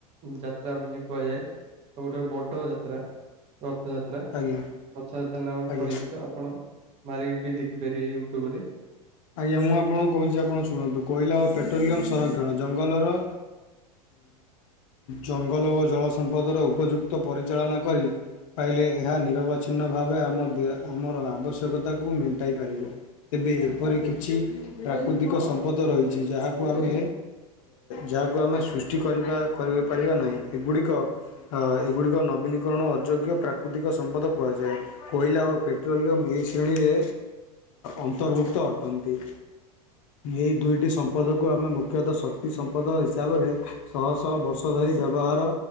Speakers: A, on the right; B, on the left.
A: ଯାତ୍ରା ବୋଲି କୁହାଯାଏ ସବୁଠାରୁ ବଡ ଯାତ୍ରା ରଥ ଯାତ୍ରା।
B: ଆଜ୍ଞା।
A: ରଥଯାତ୍ରା ନାମରେ
B: ଆଜ୍ଞା
A: ପରିଚିତ ଆପଣ ମାରିକି ବି ଦେଖିପାରିବେ ୟୁଟ୍ୟୁବ ରେ।
B: ଆଜ୍ଞା ମୁଁ ଆପଣଙ୍କୁ କହୁଛି ଆପଣ ଶୁଣନ୍ତୁ କୋଇଲା ଓ ପେଟ୍ରୋଲିୟମ ସଂରକ୍ଷଣ ଜଙ୍ଗଲର ଜଙ୍ଗଲ ଓ ଜଳସମ୍ପଦର ଉପଯୁକ୍ତ ପରିଚାଳନା କରି ପାଇଲେ ଏହା ନିରବଚ୍ଛିନ୍ନ ଭାବେ ଆମ ଦେ ଆମର ଆବଶ୍ୟକତାକୁ ମେଣ୍ଟାଇ ପାରିବ। ତେବେ ଏପରି କିଛି ପ୍ରାକୃତିକ ସମ୍ପଦ ରହିଛି ଯାହାକୁ ଆମେ ଯାହାକୁ ଆମେ ସୃଷ୍ଟି କରିବା କରିପାରିବା ନାହିଁ ଏଗୁଡ଼ିକ ଅ ଏଗୁଡ଼ିକ ନବୀନୀକରଣ ଅଯୋଗ୍ୟ ପ୍ରାକୃତିକ ସମ୍ପଦ କୁହାଯାଏ। କୋଇଲା ଓ ପେଟ୍ରୋଲିୟମ୍ ଏହି ଏନ୍ ଶ୍ରେଣୀରେ ଅନ୍ତର୍ଭୁକ୍ତ ଅଟନ୍ତି। ଏହି ଦୁଇଟି ସମ୍ପଦକୁ ଆମେ ମୁଖ୍ୟତଃ ଶକ୍ତି ସମ୍ପଦ ହିସାବରେ ଶହ ଶହ ବର୍ଷ ଧରି ବ୍ୟବହାର